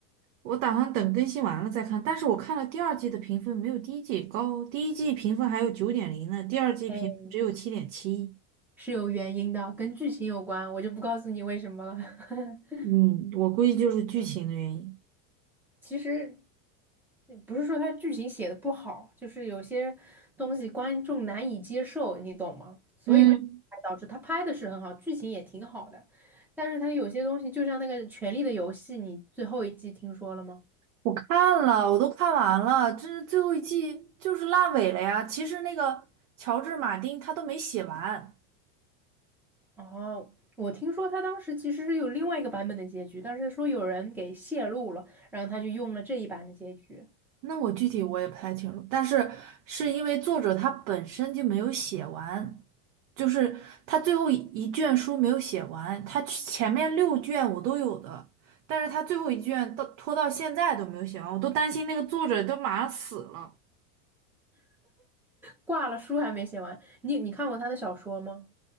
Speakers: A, on the right (about 60°); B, in the centre.
A: 我打算等更新完了再看。但是我看了第二季的评分没有第一季高，第一季评分还有九点零呢，第二季评分只有七点七。
B: <laughs> 哎。是有原因的，跟剧情有关，我就不告诉你为什么了。<laughs>
A: 嗯，我估计就是剧情的原因。
B: 其实不是说他剧情写的不好，就是有些东西观众难以接受，你懂吗？所以才导致他拍的是很好，
A: 嗯。
B: 剧情也挺好的，但是他有些东西，就像那个《权力的游戏》，你最后一季听说了吗？
A: 我看了，我都看完了，这是最后一季就是烂尾了呀。其实那个乔治·马丁他都没写完，
B: 哦，我听说他当时其实是有另外一个版本的结局，但是说有人给泄露了，然后他就用了这一版的结局，
A: 那我具体我也不太清楚，但是是因为作者他本身就没有写完，就是他最后一一卷书没有写完，他前面六卷我都有的，但是他最后一卷到拖到现在都没有写完，我都担心那个作者都马上死了，
B: 挂了书还没写完。你你看过他的小说吗？